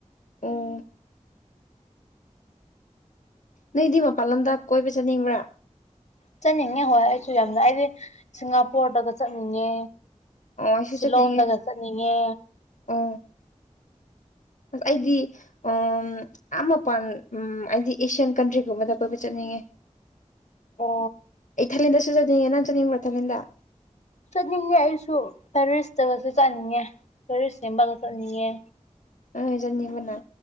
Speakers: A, on the left (about 80°); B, on the left (about 65°).
A: ꯎꯝ ꯅꯣꯏꯗꯤ ꯃꯄꯥꯟ ꯂꯝꯗ ꯀꯣꯏꯕ ꯆꯠꯅꯤꯡꯕ꯭ꯔꯥ
B: ꯆꯠꯅꯤꯡꯉꯦ ꯍꯣꯏ ꯑꯩꯁꯨ ꯌꯥꯝꯅ ꯑꯩꯗꯤ ꯁꯤꯡꯒꯥꯄꯨꯔꯗꯒ ꯆꯠꯅꯤꯡꯉꯦ
A: ꯑꯣ ꯑꯩꯁꯨ
B: ꯁꯤꯂꯣꯡꯗꯒ
A: ꯆꯠꯅꯤꯡꯉꯤ
B: ꯆꯠꯅꯤꯡꯉꯦ
A: ꯑꯣ ꯑꯁ ꯑꯩꯗꯤ ꯎꯝ ꯑꯥ ꯃꯄꯥꯟ ꯎꯝ ꯑꯩꯗꯤ ꯑꯦꯁꯤꯌꯥꯟ ꯀꯟꯇ꯭ꯔꯤꯒꯨꯝꯕꯗ ꯀꯣꯏꯕ ꯆꯠꯅꯤꯡꯉꯦ
B: ꯑꯣ
A: ꯑꯩ ꯊꯥꯏꯂꯦꯟꯗꯁꯨ ꯆꯠ ꯉꯦ ꯅꯪ ꯆꯠꯅꯤꯡꯕ꯭ꯔ ꯊꯥꯏꯂꯦꯟꯗ
B: ꯆꯠꯅꯤꯡꯉꯦ ꯑꯩꯁꯨ ꯄꯦꯔꯤꯁꯇꯒꯁꯨ ꯆꯠꯅꯤꯡꯉꯦ ꯄꯦꯔꯤꯁ ꯌꯦꯡꯕꯒ ꯆꯠꯅꯤꯡꯉꯦ
A: <unintelligible> ꯆꯠꯅꯤꯡꯕꯅ